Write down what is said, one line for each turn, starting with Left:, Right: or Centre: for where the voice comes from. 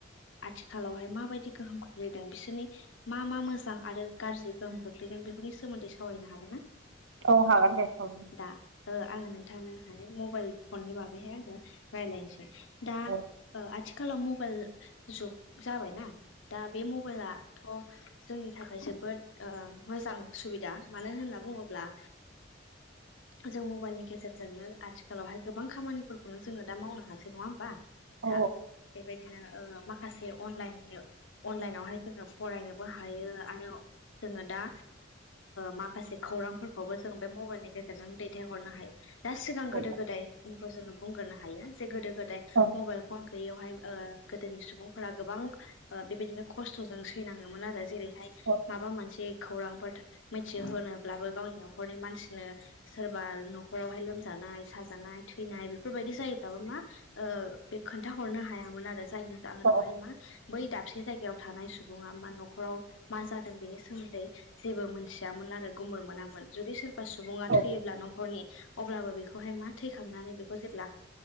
Left: आथिखालाव बावहाय माबायदि गोहोम खोख्लैदों बिसोरनि मा मा मोजां आरो गाज्रि गोहोम खख्लैदों बेफोरनि सोमोन्दै सावरायनो हागोन ना
Right: औ हागोन दे सखवरायनो
Left: दा ओ आङो नोंथांहाय मबाइल फननि बागैहाय आङो रायलायनोसै दा आथि
Right: औ
Left: आथिखालाव मबाइल जुग जाबायना दा बे मबाइलाथ जोंनि थाखाय जोब जोबोद मोजां सुबिदा मानो होनना बुङोब्ला जों मबाइलनि गेजेरजोंनो आथिखालावहाय गोबां खामानिफोरखौनो जोङो दा मावनो हासै नङा होमबा
Right: औ
Left: दा बेबायदिनो माखासे अनलाइन अनलाइनावहाय जोङो फरायनोबो हायो आरो जोङो दा माखासे खौरांफोरखौबो जों बे मबाइलनि गेजेरजों दैथायहरनो हायो दा सिगां
Right: औ
Left: गोदो गोदायखौ जोङो बुंग्रो हायो जे गोदो गोदाय
Right: औ
Left: मबाइल फन बेयावहाय गोदोनि सुबुंफोरा गोबां बेबायदिनो खस्थ'जों सैनाङोमोन आरो जेरै
Right: औ
Left: माबा मोनसे खौरांफोर मिथिहोनोब्लाबो गावनि न'खरनि मानसिनो सोरबा नावहाय लोमजानाय साजानाय थैनाय बेफोरबायदि जायोब्लाबो मा बे खोन्था हरनो हायामोन आरो जायनि जाहोनावहाय
Right: औ
Left: मा बै दाबसे जायगायाव थानाय सुबुङा मा न'खाव मा बिनि सोमोन्दै जेबो मोनथियामोन आरो गुमुर मोनामोन जुदि सोरबा बा सुबुङा
Right: औ
Left: थैयोब्ला न'खरनि अब्लाबो बेखौहाय मा थैखांनानै बेखौ जेब्ला